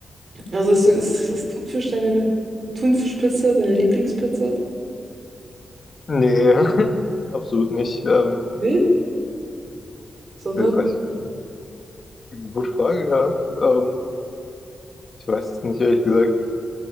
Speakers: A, on the right; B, on the left.
A: Also ist, ist, ist Thunfisch deine Thunfischpizza, deine Lieblingspizza?
B: Nee, <laughs> absolut nicht. Ähm,
A: Nee. Sondern,
B: ich weiß, nicht. gute Frage, ja. Ähm, Ich weiß es nicht, ehrlich gesagt.